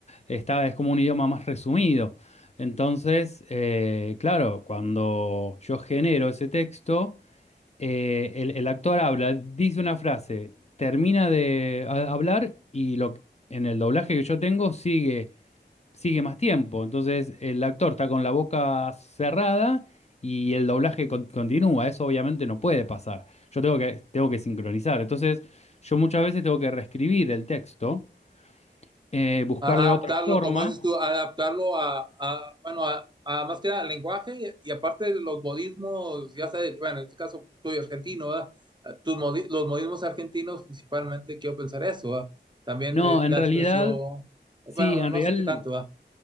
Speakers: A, on the left; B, on the right.
A: Está, es como un idioma más resumido. Entonces, eh, claro, cuando yo genero ese texto, eh, el, el actor habla, dice una frase, termina de ha- hablar y lo, en el doblaje que yo tengo sigue sigue más tiempo. Entonces el actor está con la boca cerrada y el doblaje con- continúa. Eso obviamente no puede pasar. Yo tengo que, tengo que sincronizar. Entonces yo muchas veces tengo que reescribir el texto, eh, buscarle
B: a-
A: otra
B: adaptarlo,
A: forma.
B: como dices tú, adaptarlo a, a- bueno, a, a más que nada al lenguaje y, y aparte de los modismos, ya sabes, bueno, en este caso pues, tú y argentino, ¿verdad? Ah, Tus modi- los modismos argentinos principalmente, quiero pensar eso, ¿verdad? También
A: No,
B: eh,
A: en
B: la
A: realidad,
B: expresión, bueno,
A: sí, en
B: no
A: realidad
B: sé qué tanto, ¿verdad?